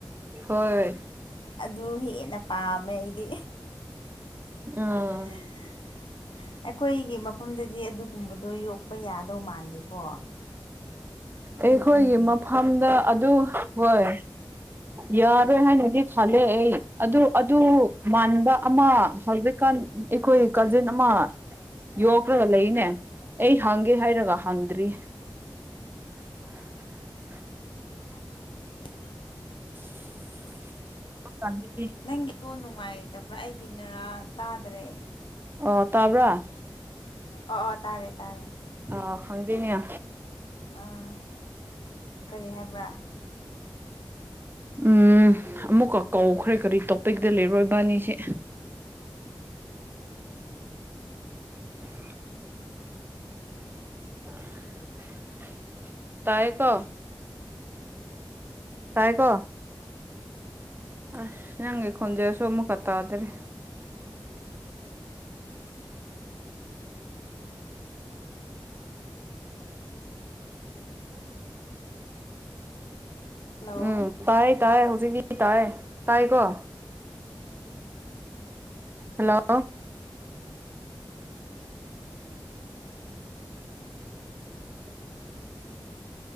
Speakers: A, on the right; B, on the left.
A: ꯍꯣꯏ
B: ꯑꯗꯨ ꯍꯦꯟꯅ ꯄꯥꯝꯃꯦ ꯑꯩꯗꯤ
A: ꯎꯝ
B: <unintelligible> ꯑꯩꯈꯣꯏꯒꯤ ꯃꯐꯝꯗꯗꯤ ꯑꯗꯨꯒꯨꯝꯕꯗꯣ ꯌꯣꯛꯄ ꯌꯥꯗꯧ ꯃꯥꯟꯗꯦꯀꯣ
A: ꯑꯩꯈꯣꯏꯒꯤ
B: ꯌꯣꯛꯅꯤꯡꯉꯦ
A: ꯃꯐꯝꯗ ꯑꯗꯨ ꯍꯣꯏ ꯌꯥꯔꯣꯏ ꯍꯥꯏꯅꯗꯤ ꯈꯂꯦ ꯑꯩ ꯑꯗꯨ ꯑꯗꯨ ꯃꯥꯟꯕ ꯑꯃ ꯍꯧꯖꯤꯛꯀꯥꯟ ꯑꯩꯈꯣꯏ ꯀꯖꯤꯟ ꯑꯃ ꯌꯣꯛꯈ꯭ꯒ ꯂꯩꯅꯦ ꯑꯩ ꯍꯪꯒꯦ ꯍꯥꯏꯔꯒ ꯍꯪꯗ꯭ꯔꯤ꯫ <inaudible>
B: <inaudible>
A: <unintelligible>
B: ꯅꯪꯒꯤꯇꯣ ꯅꯨꯡꯉꯥꯏꯇꯕ꯭ꯔꯥ ꯑꯩꯒꯤꯅꯔꯥ ꯇꯥꯗ꯭ꯔꯦ
A: ꯑꯣ ꯇꯥꯕ꯭ꯔꯥ
B: ꯑꯣ ꯑꯣ ꯇꯥꯔꯦ ꯇꯥꯔꯦ
A: ꯑ ꯈꯪꯗꯦꯅꯦꯌꯥ
B: ꯑꯥ ꯀꯔꯤ ꯍꯥꯏꯕ꯭ꯔꯥ?
A: ꯎꯝ ꯑꯃꯨꯛꯀ ꯀꯧꯈ꯭ꯔꯦ ꯀꯔꯤ ꯇꯣꯄꯤꯛꯇ ꯂꯩꯔꯣꯏ ꯏꯕꯥꯅꯤꯁꯦ꯫ <inaudible> <inaudible> ꯇꯥꯏꯀꯣ ꯇꯥꯏꯀꯣ ꯑꯁ ꯅꯪꯒꯤ ꯈꯣꯟꯖꯦꯜꯁꯨ ꯑꯃꯨꯛꯀ ꯇꯥꯗꯔꯤ꯫
B: ꯍꯜꯂꯣ
A: ꯎꯝ ꯇꯥꯏ ꯇꯥꯏ ꯍꯧꯖꯤꯛꯇꯤ ꯇꯥꯏ ꯇꯥꯏꯀꯣ ꯍꯜꯂꯣ <inaudible>